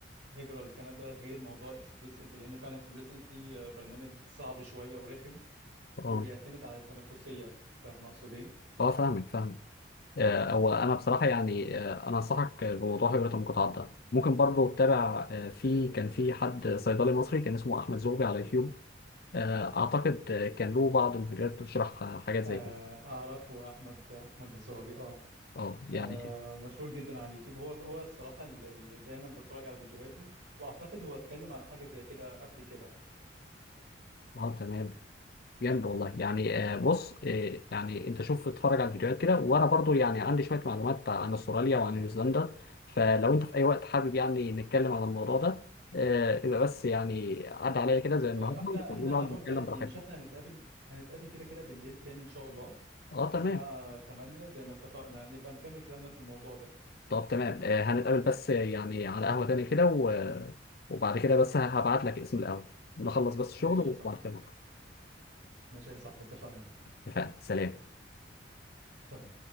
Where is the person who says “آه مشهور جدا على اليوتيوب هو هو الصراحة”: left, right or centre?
Right